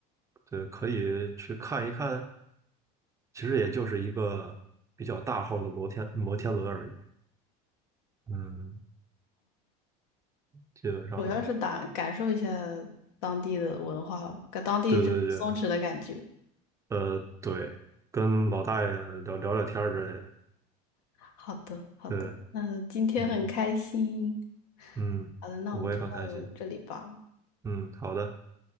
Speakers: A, on the right; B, on the left.
A: 对可以去看一看，其实也就是一个比较大号的摩天摩天轮而已。嗯，基本上
B: 主要是打感受一下当地的文化，跟当地这种松弛的感觉。
A: 对对对，呃对，跟老大爷聊聊聊天儿之类的，
B: 好的，好的，
A: 对，
B: 那今天很开心。
A: 嗯嗯，
B: 好的，那我们就到这里吧。
A: 我也很开心，嗯，好的，